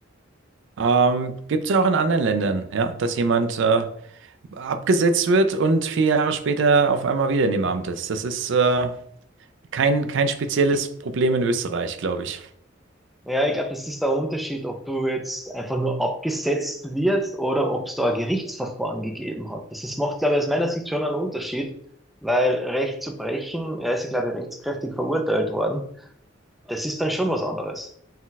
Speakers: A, on the right (about 65°); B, in the centre.
A: Ähm, gibt es auch in anderen Ländern, ja, dass jemand äh, abgesetzt wird und vier Jahre später auf einmal wieder in dem Amt ist. Das ist äh, kein, kein spezielles Problem in Österreich, glaube ich.
B: Ja, ich glaube, das ist der Unterschied, ob du jetzt einfach nur abgesetzt wirst oder ob es da ein Gerichtsverfahren gegeben hat. Das ist, macht, glaube ich, aus meiner Sicht schon einen Unterschied, weil Recht zu brechen, er ist, glaube ich, rechtskräftig verurteilt worden. Das ist dann schon was anderes.